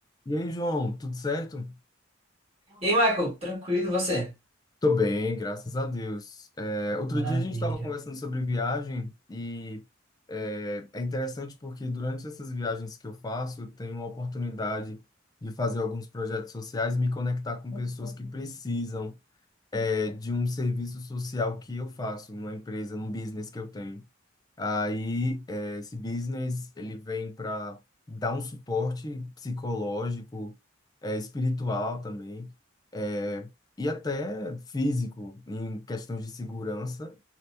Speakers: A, on the left; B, on the right.
A: E aí, João, tudo certo?
B: E aí, Michael, tranquilo, e você?
A: Tô bem, graças a Deus. É, outro
B: Maravilha.
A: dia a gente estava conversando sobre viagem e é, é interessante porque durante essas viagens que eu faço, eu tenho a oportunidade de fazer alguns projetos sociais e me conectar com pessoas que precisam. é, de um serviço social que eu faço, numa empresa, num business que eu tenho. Aí, eh, esse business, ele vem para dar um suporte psicológico, eh, espiritual também, eh, e até físico, em questões de segurança,